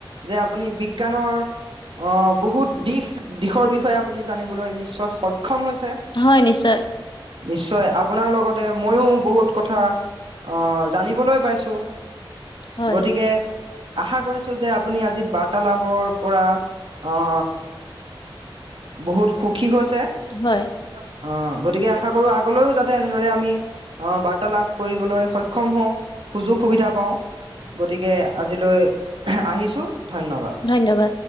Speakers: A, on the right (about 70°); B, on the left (about 55°).
A: যে আপুনি বিজ্ঞানৰ আহ, বহুত দিশ দিশৰ বিষয়ে আপুনি জানিবলৈ নিশ্চয় সক্ষম হৈছে।
B: হয় নিশ্চয়
A: নিশ্চয় আপোনাৰ লগতে মইও বহুত কথা অ', জানিবলৈ পাইছোঁ।
B: হয়
A: গতিকে আশা কৰিছোঁ যে, আপুনি আজি বাৰ্তালাপৰ পৰা আহ বহুত সুখী হৈছে।
B: হয়।
A: অ', গতিকে আশা কৰো আগলৈও যাতে এনেদৰে আমি আহ, বাৰ্তালাভ কৰিবলৈ সক্ষম হওঁ সুযোগ সুবিধা পাওঁ। গতিকে আজিলৈ আহিছোঁ, ধন্যবাদ।
B: ধন্যবাদ